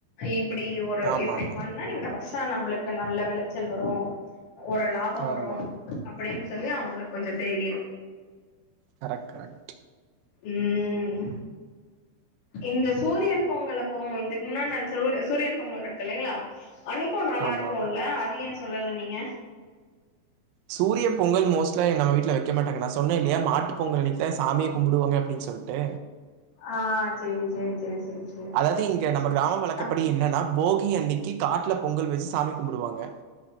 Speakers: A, on the left; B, on the right.
A: இப்புடி ஒரு
B: ஆமா
A: இப்டி
B: ஆமா
A: பண்ணா இந்த வர்ஷ் ச்சா நம்புளுக்கு நல்ல வெளச்சல் வரு ஒரு லாபோ வரு
B: ஆமா
A: அப்படின் சொல்லி அவுங்குளுக் கொஞ்சோ தெரியு
B: கரெக்ட் கரெக்ட்
A: ம் இந்த சூரியன் பொங்கலப்போ இதுக் முன்னாட் நாள் சூரு சூரியன் பொங்கல்ருக் குள்ளைங்ளா அன்னிக்கு நல்லாருக்குள்ள
B: ஆமா
A: அது எ சொல்லல நீங்க
B: சூரிய பொங்கல் மோஸ்ட்டா நம்ம வீட்ல வெக்க மாட்டாங்க நா சொன்ன இல்லியா மாட்டுப் பொங்கல் அனிக் த சாமிய கும்புடுவாங்க அப்டின் சொல்ட்டு
A: ஆ சேரி சேரி சேரி சேரி
B: அதாது இங்க நம்ம கிராமம் வழக்கப்படி
A: அப்
B: என்னன்னா போகி அன்னிக்கி காட்ல பொங்கல் வெச்சு சாமி கும்புடுவாங்க